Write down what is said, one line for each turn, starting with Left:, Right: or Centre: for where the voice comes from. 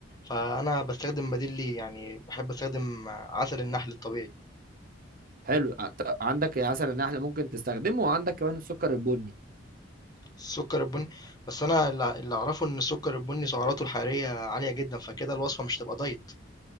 Left: فانا بستخدم بديل ليه يعني بحب استخدم عسل النحل الطبيعي
Right: حلو ع- عندك عسل النحل ممكن تستخدمه وعندك كمان السكر البني
Left: السكر البني بس انا الل- اللي اعرفه ان السكر البني سعراته الحرارية عالية جدا فكده الوصفة مش تبقى دايت